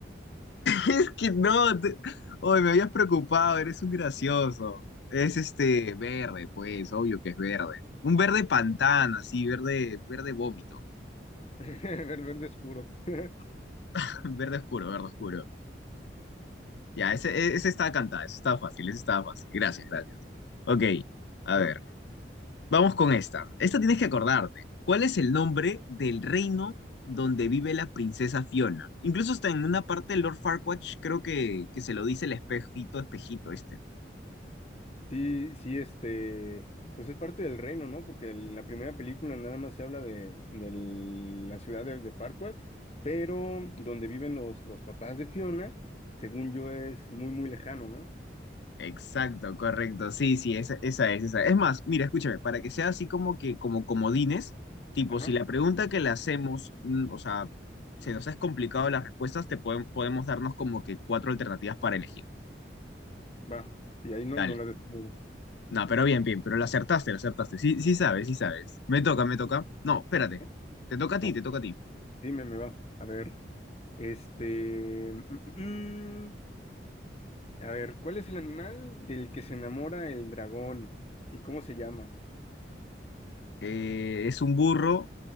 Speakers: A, on the left; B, on the left.
A: Es que no, te- Oy, me habías preocupado, eres un gracioso. Es este verde, pues, obvio que es verde. Un verde
B: Sí,
A: pantano, así, verde, verde vómito.
B: <laughs> ver- verde oscuro. <laughs>
A: <laughs> Verde oscuro, verde oscuro. Ya, ese, ese estaba cantado, ese estaba fácil, ese estaba fácil. Gracias, gracias. Ok, a
B: Ajá.
A: ver, vamos con esta. Esta tienes que acordarte. ¿Cuál es el nombre del reino donde vive la princesa Fiona? Incluso está en una parte de Lord Farquaad, creo que, que se lo dice el espejito, espejito, este.
B: Sí, sí, este, pues es parte del reino, ¿no? Porque en la primera película nada más se habla de, de la ciudad de, de Farquaad, pero donde viven los, los papás de Fiona, según yo, es muy, muy lejano, ¿no?
A: Exacto, correcto. Sí, sí, esa, esa es, esa. Es Es más, mira, escúchame, para que sea así como que, como comodines, tipo,
B: Ajá,
A: si la pregunta que le hacemos, mm, o sea, se nos es complicado las respuestas, te podem- podemos darnos como que cuatro alternativas para elegir.
B: va, y ahí no,
A: Dale.
B: no la descubro.
A: No, pero bien, bien, pero la acertaste, la acertaste. Sí, sí sabes, sí sabes. Me toca, me toca. No, espérate.
B: ¿eh?
A: Te toca a
B: No,
A: ti, te toca a ti.
B: dime, me va. A ver, este, mm, mm, mm. a ver, ¿cuál es el animal del que se enamora el dragón y cómo se llama?
A: Eh, es un burro